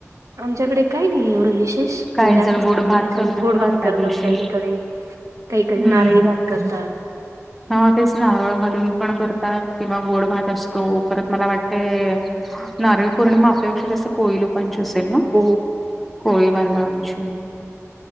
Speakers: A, on the right (about 80°); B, in the centre.
A: आमच्याकडे काही नाही एवढं विशेष
B: काही
A: म्हणजे असं
B: जण गोड भात
A: रक्षाबंधन
B: करतात
A: गोडभात
B: ना ग
A: करतात
B: त्या दिवशी
A: काहींकडे. काहीकडे
B: हम्म
A: नारळी भात करतात.
B: हा तेच नारळ घालून पण करतात किंवा गोड भात असतो परत मला वाटते नारळी पौर्णिमा आपल्यापेक्षा जास्त कोळी लोकांची असेल ना.
A: हो
B: कोळी बांधवांची